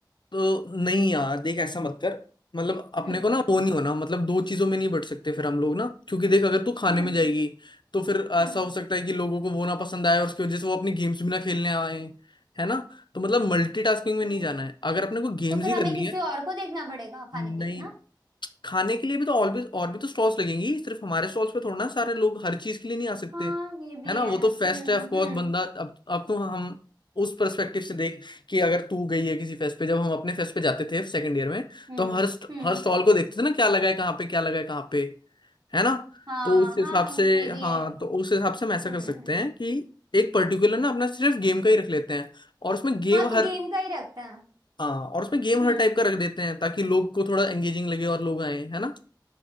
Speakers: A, on the left; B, on the right.
A: तो नहीं यार देख ऐसा मत कर मतलब अपने
B: हम्म
A: को ना वो नहीं होना मतलब दो चीजों में नहीं बट सकते फिर हम लोग ना क्योंकि देख अगर तू खाने
B: हम्म
A: में जाएगी तो फिर
B: हम्म
A: ऐसा हो सकता है कि लोगों को वो ना पसंद आए और उसकी वजह से वो अपनी गेम्स भी ना खेलने आए है ना तो मतलब मल्टीटास्किंग में
B: तो
A: नहीं जाना है अगर अपने को गेम्स
B: तो फिर
A: ही
B: हमें
A: करनी
B: किसी
A: है
B: और को देखना पड़ेगा खाने
A: नहीं
B: के लिए ना
A: खाने के लिए भी तो और भी और भी तो स्टॉल्स लगेंगी सिर्फ हमारे स्टॉल्स पे थोड़ा ना सारे लोग हर चीज के लिए नहीं आ सकते
B: हाँ ये भी
A: है ना
B: है
A: वो तो
B: हम्म
A: फेस्ट है ऑफकोर्स
B: हम्म
A: बंदा अब अब तो हम उस पर्सपेक्टिव से देख कि अगर तू गई है किसी फेस्ट पे जब हम अपने फेस्ट पे जाते थे सेकंड ईयर में
B: हम्म
A: तो हम हर st-
B: हम्म
A: हर स्टॉल को देखते थे ना क्या लगा है कहाँ पे क्या लगा है कहाँ पे है ना
B: हाँ
A: तो उस
B: हाँ
A: हिसाब से
B: ये भी
A: हाँ
B: है
A: तो उस हिसाब से हम ऐसा
B: हम्म
A: कर सकते हैं कि एक पर्टिकुलर ना अपना सिर्फ गेम का ही रख लेते हैं और उसमें गेम
B: हाँ तो
A: हर
B: गेम का ही रखते हैं
A: हाँ और उसमें गेम
B: हम्म
A: हर टाइप का रख देते हैं ताकि लोग को थोड़ा एंगेजिंग लगे और लोग आए है ना